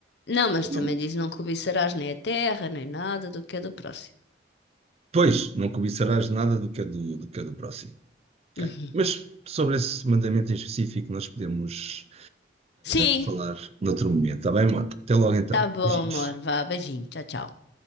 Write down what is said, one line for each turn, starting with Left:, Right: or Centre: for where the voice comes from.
Left: Não, mas
Right: Não-
Left: também diz não cobiçarás nem a terra, nem nada do que é do próximo.
Right: Pois, não cobiçarás nada do que é do, do que é do próximo.
Left: Uhum.
Right: Ok. Mas sobre esse mandamento em específico, nós podemos
Left: Sim,
Right: falar noutro momento, está bem, Mota? Até logo então.
Left: tá bom,
Right: Beijinhos.
Left: amor. Vá, beijinho. Tchau, tchau.